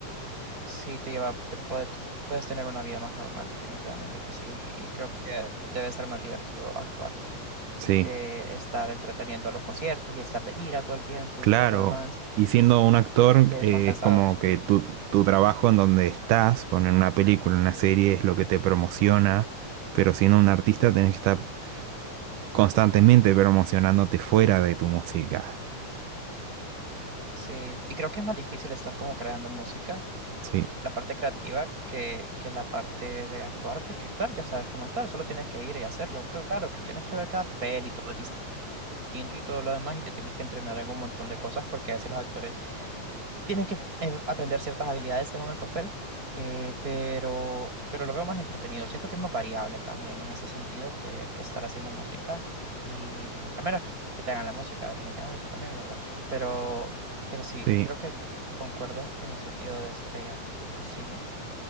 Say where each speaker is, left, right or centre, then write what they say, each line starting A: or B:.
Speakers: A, on the right; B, on the right.
A: sí te lleva, te puedes, puedes tener una vida más normal, definitivamente que sí, y creo que debe ser más divertido actuar
B: Sí.
A: que estar entreteniendo a los conciertos y estar de gira todo el tiempo
B: Claro,
A: y todo lo demás,
B: y siendo un actor,
A: es
B: eh,
A: más cansado,
B: es como que tu, tu trabajo en donde estás, poner una película, una serie, es lo que te promociona, pero siendo un artista tenés que estar constantemente promocionándote fuera de tu música.
A: sí, y creo que es más difícil estar como creando música.
B: Sí,
A: la parte creativa que, que la parte de actuar, porque actuar ya sabes cómo actuar, solo tienes que ir y hacerlo. Claro que tienes que ver cada papel y todo es distinto y todo lo demás, y te tienes que entrenar en un montón de cosas, porque a veces los actores tienen que eh, aprender ciertas habilidades según el papel, eh, pero, pero lo veo más entretenido. Siento que es más variable también en ese sentido que, que estar haciendo música, y a menos que te hagan la música, definitivamente también, ¿verdad? Pero, pero sí,
B: sí.
A: creo que concuerdo en el sentido de estrella de cine.